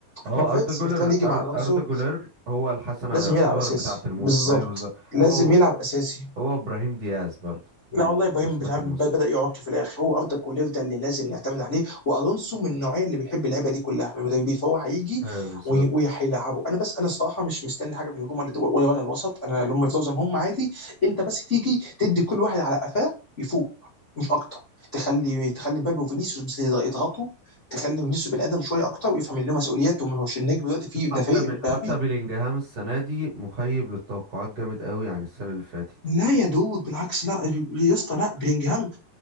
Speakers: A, on the right; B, on the left.
A: اه
B: ما هو فيتس
A: اردا جولر
B: واحتمال يجي مع
A: أر-
B: الونسو
A: اردا جولر هو الحسنة
B: لازم
A: يعتبر
B: يلعب اساسي
A: بتاعة الموسم
B: بالظبط
A: ايوه بالظبط
B: لازم
A: هو
B: يلعب اساسي
A: هو ابراهيم دياز برضو من
B: لا والله ابراهيم
A: حسنات
B: مش عارف
A: الموسم
B: بد- بدا يعك في الاخر هو افضل كولير ده اللي لازم نعتمد عليه والونسو من النوعيه اللي بيحب اللعبه دي كلها من المدربين فهو هيجي
A: ايوه بالظبط
B: وي- وهيلعبه انا بس انا الصراحه مش مستني حاجه في الهجوم ولا ولا, ولا الوسط انا لما يفضلوا زي ما هم عادي انت بس تيجي تدي كل واحد على قفاه يفوق مش اكتر تخلي تخلي مبابي وفينيسيوس بس يضغطوا تخلي فينيسيوس بني ادم شويه اكتر ويفهم ان له مسؤوليات وما هوش النجم دلوقتي في ده
A: حتى
B: فريق
A: ب...
B: مبابي
A: حتى بيلينجهام السنة دي مخيب للتوقعات جامد قوي عن السنة اللي فاتت
B: لا يا دود بالعكس لا يا اسطى لا بلينجهام